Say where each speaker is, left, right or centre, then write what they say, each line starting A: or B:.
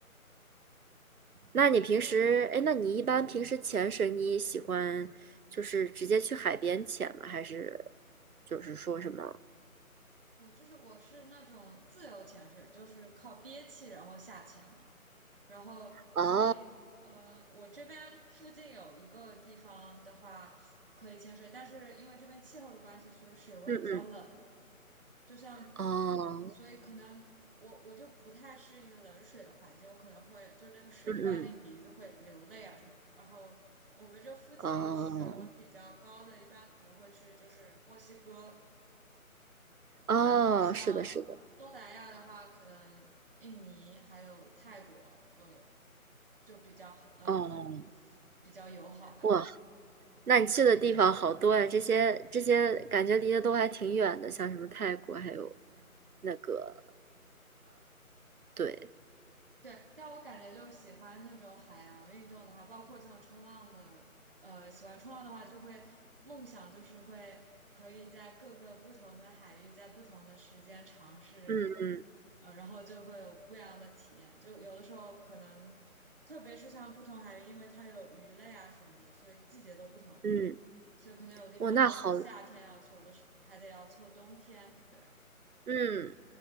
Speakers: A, on the right; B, on the right.
A: 那你平时，哎，那你一般平时潜水，你喜欢就是直接去海边潜吗？还是就是说什么？
B: 哦，就是我是那种自由潜水，就是靠憋气然后下潜的。然后，
A: 哦，
B: 所以呃，我这边附近有一个地方的话可以潜水，但是因为这边气候的关系，所以水温比较冷。
A: 嗯嗯，
B: 就像，
A: 哦，
B: 所以可能我我就不太适应冷水的环境，我可能会就是那个水灌进鼻子会流泪啊什么的。
A: 嗯嗯，
B: 然后我们这附近水温比较高的，
A: 哦，
B: 一般可能会去就是墨西哥，
A: 哦，
B: 然后像东南亚的话，
A: 是的，是的，
B: 可能印尼还有泰国都有，就比较好，嗯，
A: 哦，
B: 比较友好吧。
A: 哇，那你去的地方好多呀，这些这些感觉离得都还挺远的，像什么泰国，还有那个，对，
B: 对，但我感觉就喜欢那种海洋运动的话，包括像冲浪的，呃，喜欢冲浪的话，就会梦想就是会可以在各个不同的海域，在不同的时间尝试，
A: 嗯
B: 呃，然后就会有不一样的体验。就有的时候可能，特别是像不同海域，因为它有鱼类啊什么的，所以季节都不同，
A: 嗯，
B: 所以可能有地方就是夏天要去，
A: 哇，那好，
B: 有的是还得要凑冬天。对。
A: 嗯。